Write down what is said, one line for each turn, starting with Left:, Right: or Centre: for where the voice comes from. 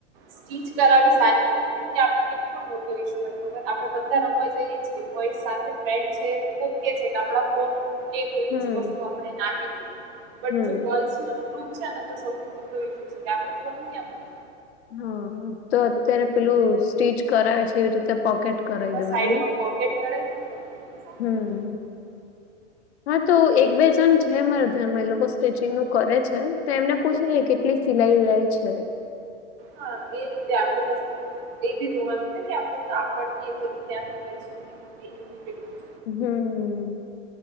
Right: સ્ટીચ કરાવી સારી પડે કેમ કે આપણને કેટલો મોટો ઇશ્ય હોય ખબર આપડે બધા રમવા જઈએ. છીએ બોઈસ સાથે ફ્રેન્ડ છે ઓકે છે કા આપડા ફોન કે કોઈ
Left: હમ્મ
Right: બીજી વસ્તુ આપણે ના આપી દઈ બ
Left: હમ્મ.
Right: જોલ્સ ન જ ગપ અચ્છા તો સૌથી મોટો ઈશુ છે કે આપડે ફોન ક્યા મુકવો?
Left: હા તો અત્યારે પેલું સ્ટીચ કરાવે છે એવી રીતે પકેટ કર
Right: એમાં
Left: દવાનું
Right: સાઈડમાં
Left: નય.
Right: પોકેટ કરાવી દઈએ ને તો સારું
Left: હમ્મ.
Right: રહે.
Left: હા તો એક બે જણ છે મારા ધ્યાનમાં એ લોકો સ્ટિચિંગ નું કરે છે તો એમને પૂછી લે કે કેટલી સિલાઈ લેય છે.
Right: હા એ રીતે આપડ પછી એ બી જોવાનું ને કે આપે કાપડ બું ક્યાંથી લઈશું એવું.
Left: હમ.